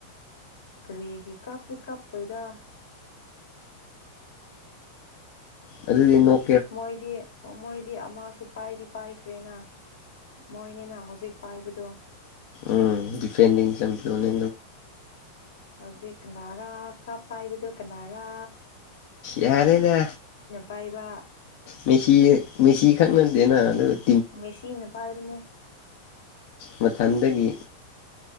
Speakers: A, on the left (about 80°); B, on the left (about 60°).
A: ꯀꯔꯤꯒꯤ ꯀꯞꯇꯤ ꯀꯞꯄꯣꯏꯗ
B: ꯑꯗꯨꯗꯤ ꯅꯣꯛ
A: ꯃꯣꯏꯗꯤ ꯃꯣꯏ ꯃꯣꯏꯗꯤ ꯑꯃꯁꯨ ꯄꯥꯏꯗꯤ ꯄꯥꯏꯈ꯭ꯔꯦꯅ ꯃꯣꯏꯅꯤꯅ ꯍꯧꯖꯤꯛ ꯄꯥꯏꯕꯗꯣ
B: ꯎꯝ ꯗꯤꯐꯦꯟꯗꯤꯡ ꯆꯡꯄꯤꯌꯣꯅ
A: ꯍꯧꯖꯤꯛ ꯀꯅꯔꯥ ꯀꯥꯞ ꯄꯥꯏꯕꯗꯣ ꯀꯅꯔꯥ
B: ꯌꯔꯦꯗ
A: ꯄꯥꯏꯕ
B: ꯃꯦꯁꯤ ꯃꯦꯁꯤ <inaudible>
A: ꯃꯦꯁꯤꯅ ꯄꯥꯏꯕꯅꯦ
B: ꯃꯊꯟꯗꯒꯤ